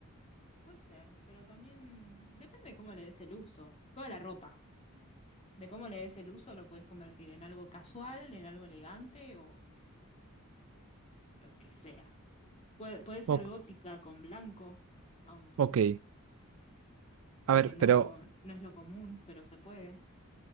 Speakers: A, on the left; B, on the right.
A: Puede ser, pero también depende de cómo le des el uso. Toda la ropa. De cómo le des el uso lo puedes convertir en algo casual, en algo elegante o lo que sea. Puede, puede ser
B: O-
A: gótica con blanco, aunque,
B: ok, a
A: aunque
B: ver,
A: no,
B: pero,
A: no es lo común, pero se puede.